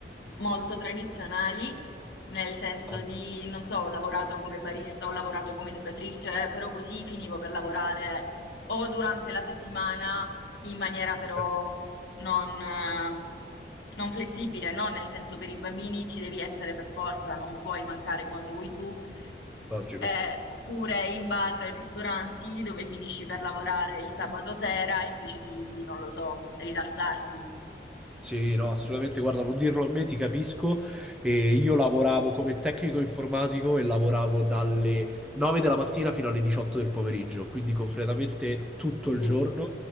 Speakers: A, on the left; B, in the centre.
A: molto tradizionali, nel senso
B: Anzi,
A: di, non so, ho lavorato come barista, ho lavorato come educatrice, però così finivo per lavorare o durante la settimana in maniera però
B: beh,
A: non, eh, non flessibile, no? Nel senso per i bambini ci devi essere per forza, non puoi mancare quando vuoi tu.
B: Logico.
A: Eh, oppure in bar e ristoranti dove finisci per lavorare il sabato sera invece di, non lo so, rilassarti.
B: Sì, no, assolutamente, guarda, non dirlo a me, ti capisco. E io lavoravo come tecnico informatico e lavoravo dalle 9 della mattina fino alle 18 del pomeriggio, quindi completamente tutto
A: Uh.
B: il giorno